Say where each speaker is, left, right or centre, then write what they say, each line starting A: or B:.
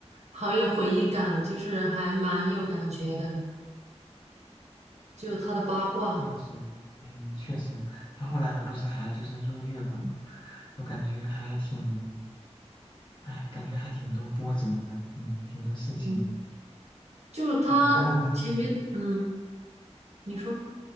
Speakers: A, on the right (about 70°); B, on the left (about 40°).
A: 好有回忆感，就是还蛮有感觉的，就他的八卦，
B: 确实，嗯，确实，他后来不是还就是入狱了嘛，我感觉还挺，哎，感觉还挺多波折的，嗯，挺多事情的
A: 嗯，就他前面，
B: 嗯，不过王力宏，嗯
A: 嗯，你说。